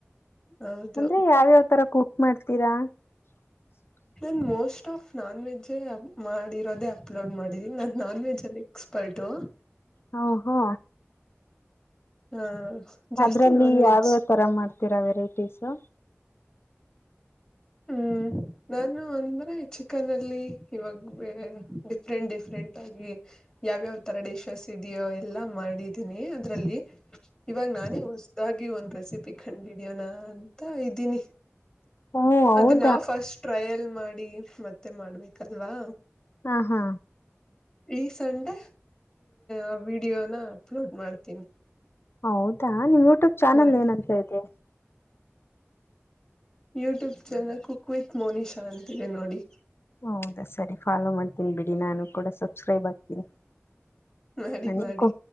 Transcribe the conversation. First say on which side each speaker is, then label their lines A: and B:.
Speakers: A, on the left; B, on the left.
A: ಹೌದು
B: ಅಂದ್ರೆ ಯಾವ್ಯಾವ್ ತರ ಕುಕ್ ಮಾಡ್ತೀರಾ? <inaudible>
A: ನಾನು ಮೋಸ್ಟ್ ಆಫ್ ನಾನ್ ವೆಜ್ಜೆ ಮಾಡಿರೋದೇ ಅಪ್ಲೋಡ್ ಮಾಡಿದ್ದೀನಿ. ನಾನು ನಾನ್ ವೆಜ್ಜಲ್ಲಿ. ಎಕ್ಸ್ಪೇರ್ಟು.
B: ಹ ಓಹೋ
A: ಹ ಜಾಸ್ತಿ
B: ಅದ್ರಲ್ಲಿ
A: ನಾನ್ ವೆಜ್
B: ಯಾವ್ಯಾವ ತರ ಮಾಡ್ತೀರಾ ವೆರೈಟೀಸು <inaudible>
A: ಹ್ಮ್ ನಾನು ಅಂದ್ರೆ ಚಿಕನ್ ಅಲ್ಲಿ ಇವಾಗ ಬೇರೆ ಡಿಫ್ರೆಂಟ್ ಡಿಫ್ರೆಂಟ್ ಆಗಿ ಯಾವ್ಯಾವ್ ತರ ಡಿಶಸ್ ಇದೆಯೋ ಎಲ್ಲಾ ಮಾಡಿದ್ದೀನಿ ಅದ್ರಲ್ಲಿ ಇವಾಗ ನಾನೇ ಹೊಸದಾಗಿ ಒಂದ್ ರೆಸಿಪಿ ಕಂಡ್ ಹಿಡ್ಯನಾ ಅಂತ ಇದ್ದೀನಿ
B: ಓ ಹೌದಾ
A: ಅದ ನಾವು ಫಸ್ಟ್ ಟ್ರಯಲ್ ಮಾಡಿ ಮತ್ತೆ ಮಾಡ್ಬೇಕಲ್ವಾ
B: ಹಾ ಹಾ
A: ಈ ಸಂಡೆ ಆ ವಿಡಿಯೋನ ಅಪ್ಲೋಡ್ ಮಾಡ್ತೀನಿ
B: ಹೌದಾ ನಿಮ್ ಯೂಟ್ಯೂಬ್ ಚಾನಲ್
A: ಮಾಡಿ
B: ಏನಂತ ಇದೆ
A: ಯೂಟ್ಯೂಬ್ ಚಾನಲ್ ಕುಕ್ವಿತ್ ಮೋನಿಶಾ ಅಂತಿದೆ ನೋಡಿ.
B: ಹೌದಾ ಸರಿ ಫಾಲೋ ಮಾಡ್ತೀನಿ ಬಿಡಿ ನಾನು ಕೂಡ ಸ ಸಬ್ಕ್ರೈಬ್ ಆಗ್ತೀಯ
A: ಮಾಡಿ
B: ನನಿಗ್
A: ಮಾಡಿ
B: ಕು